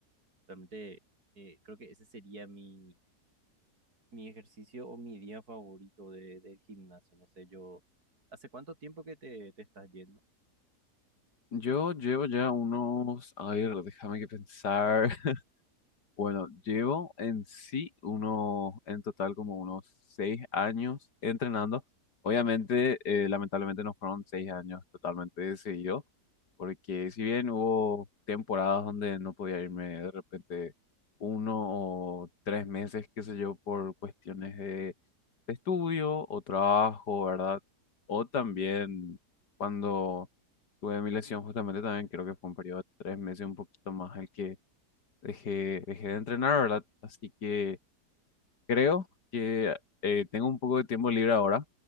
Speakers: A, on the right; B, on the left.
A: Realmente eh, creo que ese sería mi, mi ejercicio o mi día favorito de, del gimnasio. No sé, yo, ¿hace cuánto tiempo que te, te estás yendo?
B: Yo llevo ya unos, a ver, déjame que pensar. Bueno, llevo en sí unos, en total como unos seis años entrenando. Obviamente, eh, lamentablemente no fueron seis años totalmente de seguido, porque si bien hubo temporadas donde no podía irme de repente uno o tres meses, qué sé yo, por cuestiones de, de estudio o trabajo, ¿verdad? O también cuando tuve mi lesión, justamente también creo que fue un periodo de tres meses, un poquito más el que dejé, dejé de entrenar, ¿verdad? Así que creo que eh, tengo un poco de tiempo libre ahora,